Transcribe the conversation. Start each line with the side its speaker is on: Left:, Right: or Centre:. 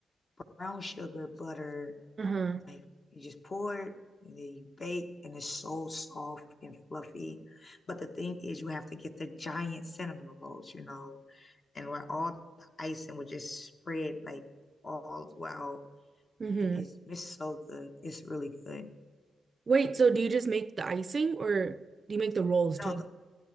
Left: brown sugar, butter,
Right: Uh-huh.
Left: Like you just pour it and then you bake and it's so soft and fluffy. But the thing is you have to get the giant cinnamon rolls, you know, and where all the icing would just spread like all throughout.
Right: Mm-hmm.
Left: And it's it's so good. It's really good.
Right: Wait, so do you just make the icing or do you make the rolls too?
Left: No, the,